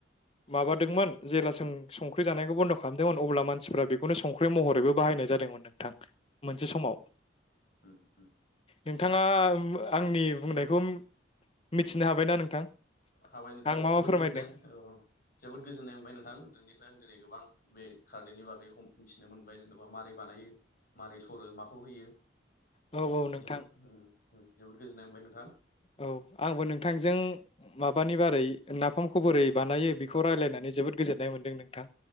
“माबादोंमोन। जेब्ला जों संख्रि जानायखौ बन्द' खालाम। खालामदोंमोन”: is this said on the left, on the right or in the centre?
Left